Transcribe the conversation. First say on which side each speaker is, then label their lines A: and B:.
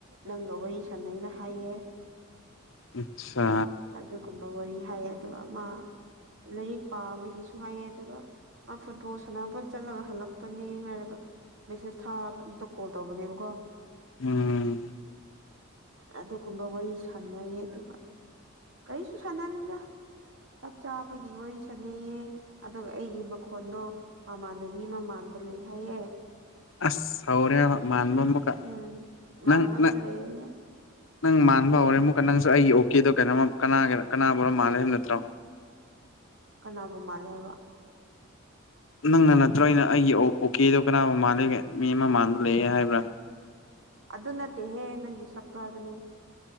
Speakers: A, on the right (about 65°); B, on the left (about 65°).
A: ꯅꯪꯒ ꯋꯥꯔꯤ ꯁꯥꯟꯅꯩꯅ ꯍꯥꯏꯌꯦ
B: ꯑꯆꯥ
A: ꯑꯗꯨꯒꯨꯝꯕ ꯋꯥꯔꯤ ꯍꯥꯏꯌꯦ ꯑꯗꯨꯒ ꯃꯥ ꯂꯥꯏꯔꯤꯛ ꯄꯥꯕꯒꯤꯁꯨ ꯍꯥꯏꯌꯦ ꯑꯗꯨꯒ ꯑ ꯐꯨꯠꯕꯣꯜ ꯁꯅꯥꯄꯣꯠ ꯆꯠꯂꯒ ꯍꯜꯂꯛꯄꯅꯦ ꯍꯥꯏꯔꯒ ꯃꯦꯁꯦꯁ ꯊꯥꯗꯨꯗ ꯀꯣꯜ ꯇꯧꯕꯅꯦꯕꯀꯣ
B: ꯎꯝ
A: ꯑꯗꯨꯒꯨꯝꯕ ꯋꯥꯔꯤ ꯁꯥꯟꯅꯩꯌꯦ ꯑꯗꯨꯒ ꯀꯔꯤꯁꯨ ꯁꯥꯟꯅꯗ ꯆꯞ ꯆꯥꯕꯒꯤ ꯋꯥꯔꯤ ꯁꯥꯟꯅꯩꯌꯦ ꯑꯗꯨꯒ ꯑꯩꯒꯤ ꯃꯈꯣꯟꯗꯣ ꯃꯃꯥꯟꯅꯕꯤ ꯃꯃꯥꯟ ꯂꯩ ꯍꯥꯏꯌꯦ
B: ꯑꯁ ꯁꯥꯎꯔ ꯃꯥꯟꯕꯝ ꯃꯈꯀꯥ
A: ꯎꯝ ꯃꯥꯟꯕ
B: ꯅꯪ
A: ꯑꯃ
B: ꯅꯪ
A: ꯂꯩꯌꯦ
B: ꯅꯪ ꯃꯥꯟꯕ ꯍꯧꯔꯦ ꯑꯃꯨꯛꯀ ꯅꯪꯁꯨ ꯑꯩꯒꯤ ꯑꯣꯀꯦꯗꯣ ꯀꯩꯅꯣ ꯀꯅꯥ ꯀꯅꯥꯕꯨ ꯃꯥꯜꯂꯦ ꯍꯥꯏ ꯅꯠꯇ꯭ꯔꯣ
A: ꯀꯅꯥꯕꯨ ꯃꯥꯜꯂꯦ ꯍꯥꯏꯕ
B: ꯅꯪꯅ ꯅꯠꯇ꯭ꯔꯣꯅ ꯑꯩꯒꯤ ꯑꯣꯀꯦꯗꯣ ꯀꯅꯥꯒ ꯃꯥꯜꯂꯤꯒꯦ ꯃꯤ ꯑꯃ ꯃꯥꯟꯕ ꯂꯩꯒꯦ ꯍꯥꯏꯕ꯭ꯔꯥ
A: ꯑꯗꯨ ꯅꯠꯇꯦꯍꯦ ꯅꯪꯒꯤ ꯁꯛꯇꯣ ꯍꯥꯏꯕꯅꯦ